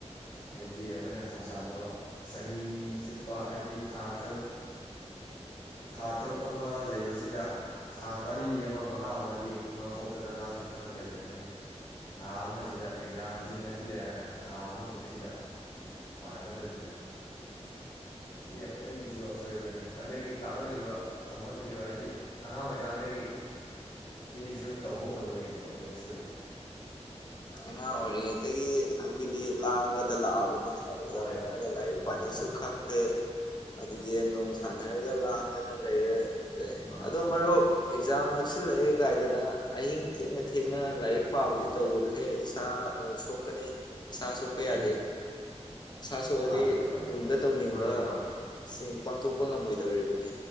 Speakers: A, on the left; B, on the left.
A: ꯍꯥꯏꯗꯤ ꯑꯩꯈꯣꯏꯅ ꯊꯧꯁꯥꯗꯕ ꯆꯍꯤ ꯆꯨꯞꯄ ꯍꯥꯏꯗꯤ ꯊꯥ ꯇꯔꯨꯛ ꯊꯥ ꯇꯔꯨꯛ ꯑꯃ ꯂꯩꯕꯁꯤꯗ ꯊꯥ ꯃꯔꯤ ꯑꯃ ꯃꯉꯥ ꯑꯃꯗꯤ ꯉꯥꯎꯊꯣꯛꯇꯅ ꯂꯥꯡꯊꯣꯛꯇꯅ ꯂꯩꯈ꯭ꯔꯅꯤ ꯊꯥ ꯑꯃꯁꯤꯗ ꯑꯦꯛꯖꯥꯝꯁꯤ ꯅꯛꯁꯤꯜꯂꯛꯑꯦ ꯍꯥꯏꯔ ꯀꯥꯟꯗ ꯊꯥ ꯑꯃꯃꯨꯛꯁꯤꯗ ꯄꯥꯔꯛꯀꯗꯣꯏꯅꯤꯗ ꯁꯤ ꯑꯩꯈꯣꯏꯒꯤꯁꯨ ꯑꯁꯣꯏꯕꯅꯤ ꯑꯗꯒꯤ ꯇꯥꯛꯅꯂꯤꯕ ꯇꯝꯃꯛꯂꯤꯕ ꯍꯥꯏꯗꯤ ꯑꯉꯥꯡ ꯑꯣꯏꯀꯥꯟꯗꯒꯤ ꯁꯤꯁꯨ ꯇꯧꯍꯧꯗꯕꯒꯤꯅꯦꯕ ꯑꯩꯈꯣꯏꯗ ꯁꯣꯏꯔꯤꯁꯦ
B: ꯑꯉꯥꯡ ꯑꯣꯏꯔꯤꯉꯩꯒꯤ ꯑꯩꯈꯣꯏꯗꯤ ꯂꯥꯛꯑꯒꯗ ꯂꯥꯛꯑꯕꯅꯤ ꯑꯩꯅ ꯑꯦꯛꯖꯥꯝ
A: ꯍꯣꯏ
B: ꯃꯌꯥꯗ
A: ꯍꯣꯏ ꯍꯣꯏ
B: ꯂꯥꯏꯔꯤꯛ
A: ꯑꯗꯨꯅꯦ
B: ꯄꯥꯅꯁꯨ
A: ꯑꯗꯨꯅꯦ
B: ꯈꯪꯗꯦ ꯑꯗꯨꯗꯒꯤ ꯅꯣꯡ ꯁꯥꯟꯅꯔꯒ ꯂꯥꯡ ꯂꯩ ꯂꯩꯦ ꯑꯗ
A: ꯃꯥꯅꯤ
B: ꯑꯗꯨꯗꯣ
A: ꯃꯥꯅꯤ
B: ꯃꯔꯨꯞ ꯑꯦꯛꯖꯥꯝ ꯅ ꯀꯛꯁꯤꯜꯂꯛꯑꯦ ꯀꯥꯏꯗꯅ ꯑꯍꯤꯡ ꯊꯦꯡꯅ ꯊꯦꯡꯅ ꯂꯥꯏꯔꯤꯛ ꯄꯥꯕꯗꯤ ꯇꯧꯒꯅꯨ ꯁ ꯅ ꯁꯣ ꯀꯅꯦ ꯏꯁ ꯁꯣꯛꯄ
A: ꯑꯦꯍꯦ
B: ꯌꯥꯗꯦ ꯏꯁ ꯁꯣꯛꯑꯗꯤ
A: ꯄꯥꯗꯦ ꯄꯥꯗꯦ
B: ꯇꯨꯡꯗ
A: ꯑꯗꯨꯗꯤ
B: ꯇꯧꯅꯤꯡꯕꯁꯤꯡ
A: ꯃꯥꯅꯤ ꯃꯥꯅꯤ
B: ꯄꯥꯡꯊꯣꯛ ꯄꯣꯛꯄ ꯉꯝꯃꯣꯏꯗꯧꯔꯤꯕꯅꯤ